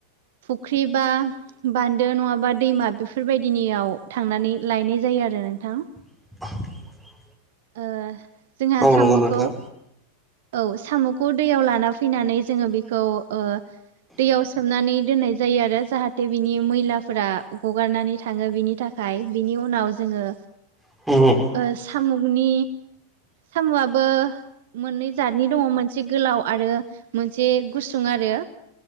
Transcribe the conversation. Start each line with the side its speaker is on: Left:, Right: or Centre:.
Right: फुख्रि बा बान्दो नङाबा दैमा बेफोरबायदिनियाव थांनानै लायनाय जायो आरो नोंथां।
Centre: <inaudible>
Right: ओ जोंहा
Centre: औ
Right: साम'खौ
Centre: नंगौ नोंथां
Right: औ साम'खौ दैयाव लाना फैनानै जोङो बेखौ ओ दैयाव सोमनानै दोननाय जायो आरो जाहाथे बिनि मैलाफोरा गगारनानै थाङो बिनि था खाय बिनि उनाव जोङो
Centre: <unintelligible>
Right: ओ साम'नि साम'आबो मोननै जतनि दङ मोनसे गोलाव आरो मोनसे गुसुं आरो।